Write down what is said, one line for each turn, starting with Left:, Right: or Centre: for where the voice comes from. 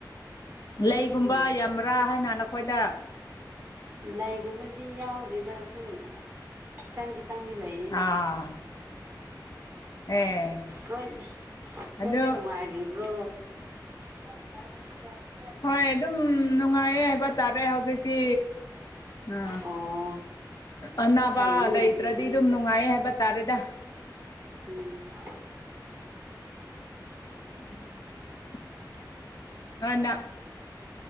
Left: ꯂꯩꯒꯨꯝꯕ
Right: ꯎꯝ
Left: ꯌꯥꯝꯕ꯭ꯔꯥ ꯍꯥꯏꯅ ꯅꯈꯣꯏꯗ
Right: ꯂꯩꯒꯨꯝꯕꯗꯤ ꯌꯥꯎꯗꯦꯗ ꯑꯗꯨ ꯈꯤꯇꯪ ꯈꯤꯇꯪꯗꯤ ꯂꯩꯌꯦ
Left: ꯑꯥ ꯑꯦ
Right: ꯅꯣꯏꯠ
Left: ꯑꯗꯨ
Right: ꯅꯣꯏꯗꯤ ꯅꯨꯡꯉꯥꯏꯔꯤꯕ꯭ꯔꯣ <inaudible>
Left: ꯍꯣꯏ ꯑꯗꯨꯝ ꯅꯨꯡꯉꯥꯏꯌꯦ ꯍꯥꯏꯕ ꯇꯥꯔꯦ ꯍꯧꯖꯤꯛꯇꯤ ꯑ
Right: ꯑꯣ
Left: ꯑꯅꯥꯕ
Right: ꯐꯩꯅꯦ
Left: ꯂꯩꯇ꯭ꯔꯗꯤ
Right: ꯑꯗꯨꯗꯤ
Left: ꯑꯗꯨꯝꯅꯨꯡ ꯅꯨꯉꯏꯌꯦ ꯍꯥꯏꯕ ꯇꯥꯔꯦꯗ
Right: ꯎꯝ
Left: <inaudible> ꯅ